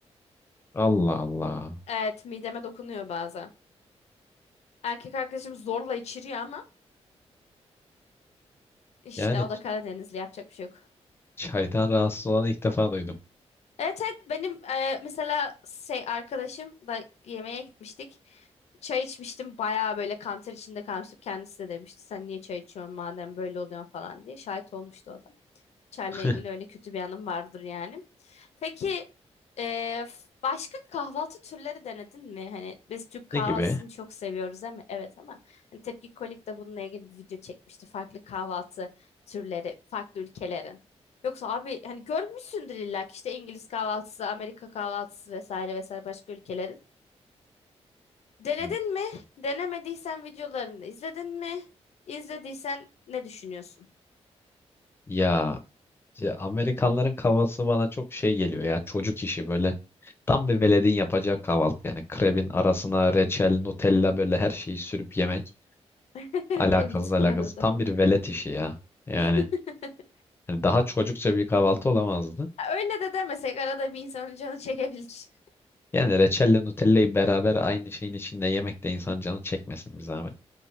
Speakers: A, on the left (about 20°); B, on the left (about 70°).
A: Allah Allah.
B: Evet mideme dokunuyor bazen. Erkek arkadaşım zorla içiriyor ama işte
A: Yani
B: o
A: ç-
B: da Karadenizli yapacak bir şey yok.
A: çaydan rahatsız olanı ilk defa duydum.
B: Evet evet benim e, mesela şey arkadaşım da yemeğe gitmiştik. Çay içmiştim bayağı böyle kanter içinde kalmıştım. Kendisi de demişti sen niye çay içiyorsun madem böyle oluyorsun falan diye. Şahit olmuştu o da. Çer'le
A: <laughs>
B: ilgili öyle kötü bir anım vardır yani. Peki e, f- başka kahvaltı türleri denedin mi? Hani biz Türk kahvaltısını
A: Ne gibi?
B: çok seviyoruz ama evet ama hani Tepki Kolik de bununla ilgili bir video çekmişti. Farklı kahvaltı türleri, farklı ülkelerin. Yoksa abi hani görmüşsündür illa ki işte İngiliz kahvaltısı, Amerika kahvaltısı vesaire vesaire başka ülkelerin. Denedin
A: Hı.
B: mi? Denemediysen videolarını izledin mi? İzlediysen ne düşünüyorsun?
A: Ya, ya Amerikanların kahvaltısı bana çok şey geliyor ya. Çocuk işi böyle. Tam bir veledin yapacağı kahvaltı yani. Krebin arasına reçel, Nutella böyle her şeyi sürüp yemek.
B: <laughs>
A: Alakasız
B: Evet
A: alakasız.
B: bu arada.
A: Tam bir velet işi ya. Yani
B: <laughs>
A: hani daha çocukça bir kahvaltı olamazdı.
B: Ya Öyle de demesek arada bir insanın canı çekebilir.
A: Yani reçelle Nutella'yı beraber aynı şeyin içinde yemek de insan canı çekmesin bir zahmet.